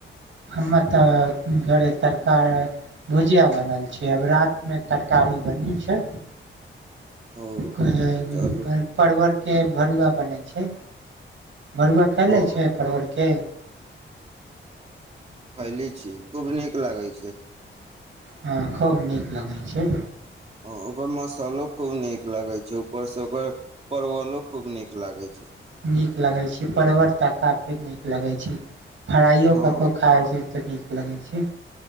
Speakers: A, on the right (about 70°); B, on the right (about 30°).
A: हममे तऽ घरे तरकारी भुजिया बनल छै, आब राति मे तरकारी बनी छै।
B: ओ
A: कहई
B: चलू
A: परबर के भरुआ बनै छै। भरुआ खाय ले
B: ओ
A: छै परवल के।
B: खैईली छी, खूब नीक लागै छै।
A: हँ, खूब नीक लगै छै।
B: ओ ओकर मसालो खूब नीक लागै छै, ऊपर से ओकर परवलो खूब नीक लागै छै।
A: नीक लगै छै, परवर त काफी नीक लगै छै। फरााइयो
B: हँ
A: ककरो खाइ छै। त नीक लगैत छै।